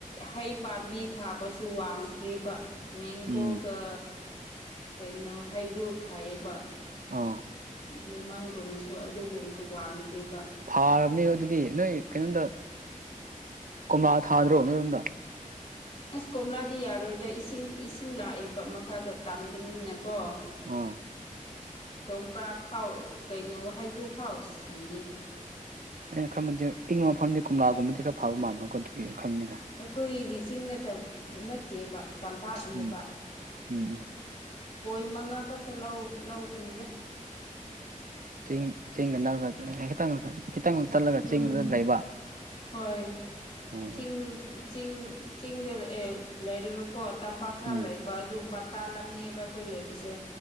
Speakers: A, on the left; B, on the right.
A: ꯍꯩ ꯄꯥꯝꯕꯤ ꯊꯥꯕꯁꯨ ꯋꯥꯡꯗ꯭ꯔꯤꯕ ꯃꯦꯡꯒꯣꯒ
B: ꯎꯝ
A: ꯀꯩꯅꯣ ꯍꯩꯔꯨ ꯊꯥꯏꯌꯦꯕ
B: ꯑꯥ
A: ꯂꯦꯃꯟꯒꯨꯝꯕꯁꯨ ꯑꯗꯨꯒꯨꯝꯕꯁꯨ ꯋꯥꯡꯗ꯭ꯔꯤꯕ ꯄ
B: ꯐꯥꯔꯕꯅꯦ ꯑꯗꯨꯗꯤ ꯅꯣꯏ ꯀꯩꯅꯣꯝꯗ ꯀꯣꯝꯂꯥ ꯊꯥꯗ꯭ꯔꯣ ꯅꯣꯏꯔꯣꯝꯗ
A: ꯑꯁ ꯀꯣꯝꯂꯥꯗꯤ ꯌꯥꯔꯣꯏꯗ ꯏꯁꯤꯡ ꯏꯁꯤꯡ ꯂꯥꯛꯑꯦꯕ ꯃꯈꯥꯗ ꯇꯥꯝꯗꯅꯤꯅ ꯀ
B: ꯑꯥ
A: ꯆꯣꯝꯄ꯭ꯔꯥ ꯐꯥꯎ ꯀꯩꯅꯣ ꯍꯥꯏꯒ꯭ꯔꯨ ꯐꯥꯎ ꯁꯤꯌꯦ
B: ꯑꯩꯅ ꯈꯔꯗꯤ ꯏꯪꯕ ꯃꯐꯝꯗꯤ ꯀꯣꯝꯂꯥꯒꯨꯝꯕꯗꯤ ꯈꯔ ꯐꯕ ꯃꯜꯂꯣꯀꯣ ꯑꯗꯨꯒꯤ ꯈꯟꯕꯅꯤꯗ
A: ꯑꯩꯈꯣꯏꯗꯤ ꯆꯤꯡ ꯅꯠꯇꯕ ꯅꯠꯇꯦꯕ ꯇꯝꯄꯥꯛꯅꯦꯕ
B: ꯎꯝ ꯎꯝ ꯎꯝ
A: ꯄꯣꯏꯟ ꯃꯉꯥ ꯈꯛꯇ ꯂꯧꯕꯅꯤꯗ
B: ꯆꯦꯡ ꯆꯦꯡꯒꯟꯗꯕ ꯍꯦ ꯇꯥꯡꯪ ꯊ ꯆꯠꯂꯒ
A: ꯎꯝ
B: ꯆꯤꯡꯗ ꯂꯩꯕ
A: ꯍꯣꯏ
B: ꯑꯣ
A: ꯆꯤꯡ ꯆꯤꯡ ꯆꯤꯡꯗ ꯂꯩꯔꯒ ꯀꯣ ꯇꯝꯄꯥꯛ ꯈꯔ
B: ꯎꯝ
A: ꯂꯩꯕ ꯑꯗꯨ ꯕꯇꯥ ꯂꯝꯅꯦꯕ ꯑꯩꯈꯣꯏ ꯂꯩꯕꯁꯦ